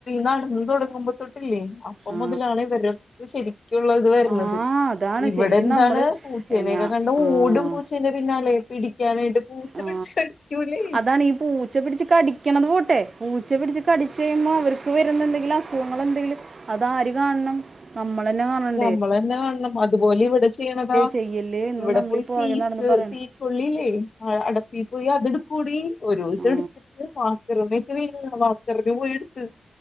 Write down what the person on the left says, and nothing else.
നടന്ന് തുടങ്ങുമ്പോ തൊട്ടില്ലേ അപ്പൊ
മുതലാണ് ഇവരെ ശരിക് ള്ളത് വരണത്
ഇവിടെ
എന്താണ്
പൂച്ചേനൊക്കെ
കണ്ട
ഓടും പൂച്ചന്റെ പിന്നാലെ പിടിക്കാനായിട്ട് പൂച്ച
പിടിച്ച് കടിക്കൂല്ലേ
നമ്മള തന്നെ കാണണം അതുപോലെ ഇവിടെ ചെയ്യണതാ
ഇവിടെ
പോയി
തീക്ക്
തീക്കള്ളില്ലേ ആ അടപ്പി പോയി അത എടുക്കൂടി ഒരു ദിവസം
എടുത്തിട്ട് വാക്കരമ്മൊക്കെ വീണ വാക്കറി പോയി എടുത്ത്